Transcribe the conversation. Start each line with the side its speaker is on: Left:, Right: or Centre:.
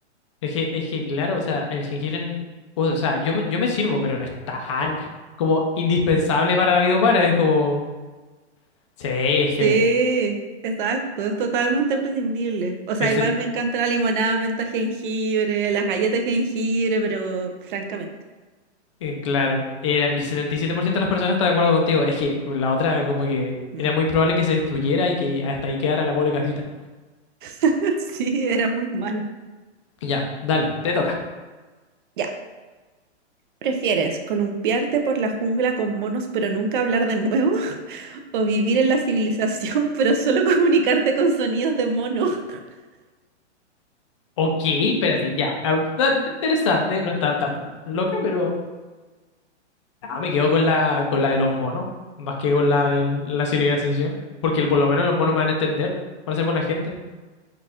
Left: Es que, es que claro, o sea, el jengibre, en- o sea, yo me, yo me sirvo, pero no es tan como indispensable para la vida humana. Es como, sí, es
Right: Sí,
Left: que
Right: exacto, es totalmente prescindible. O sea,
Left: el, set-
Right: igual me encanta la limonada, menta, jengibre, las galletas de jengibre, pero francamente,
Left: eh, claro, era el 77% de las personas está de acuerdo contigo. Es que la otra como que
Right: Mm.
Left: era muy probable que se destruyera y que hasta ahí quedara la pobre casita.
Right: <laughs> sí, era muy mala.
Left: Ya, dale, te toca.
Right: Ya, ¿prefieres columpiarte por la jungla con monos pero nunca hablar de nuevo? <laughs> ¿O vivir en la civilización <laughs> pero solo comunicarte con sonidos de mono? <laughs>
Left: Ok, espérate, ya. Ah, Está está interesante, no está tan loca, pero ah, me quedo con la, con la de los monos, más que con la, de la civilización. Porque el- por lo menos los monos me van a entender, van a ser buena gente.